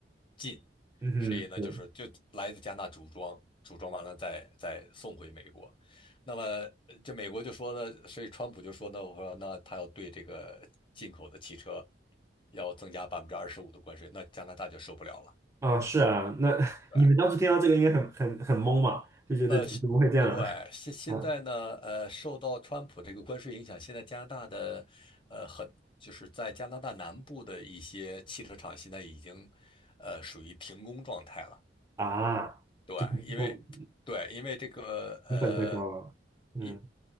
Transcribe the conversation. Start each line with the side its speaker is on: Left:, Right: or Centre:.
Left: 近。
Right: 嗯哼，
Left: 所以呢，
Right: 是
Left: 就是就来自加拿大组装，组装完了再再送回美国。那么呃这美国就说呢，所以川普就说呢，我说那他要对这个进口的汽车要增加百分之二十五的关税，那加拿大就受不了了。
Right: 啊是啊。那 <laughs>
Left: 对，
Right: 你们当时听到这个应该很很很懵嘛，就觉得怎么会这样？
Left: 呃，是对，现现在呢，
Right: 啊？啊
Left: 呃，受到川普这个关税影响，现在加拿大的，呃，很就是在加拿大南部的一些汽车厂现在已经，呃，属于停工状态了。
Right: 啊，
Left: 对，
Right: 就不
Left: 因为对，因为这个呃，
Right: 成本太高了，嗯，
Left: 因